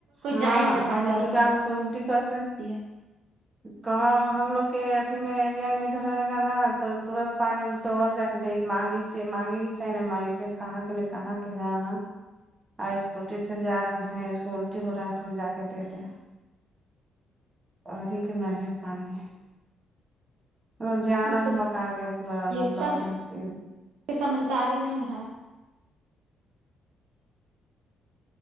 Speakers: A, on the right; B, on the right.
A: ہاں
B: جاہل جپاٹ
A: ہم لوگ
B: عورت
A: کے گاؤں میں کوئی الٹی کس رہے
B: <inaudible>
A: کہاں ہم لوگ کے ابھی میں ایریا میں ادھر رہے گا نا تو ترت پانی توڑل جا دے مانگی چے مانگے گ چے مانگے کہاں ت کہاں <unintelligible> کہ ہاں اسکوٹی سے جا رہی ہیں اس کو الٹی ہو رہا ہے تو ہم جا کے دے دیں اور ہی کہ نہیں ہے پانی ایک جانک
B: وہ تو
A: مک اگے پورا
B: یہ
A: لگ
B: سب
A: رہا پھر
B: سمجھداری نہیں ہے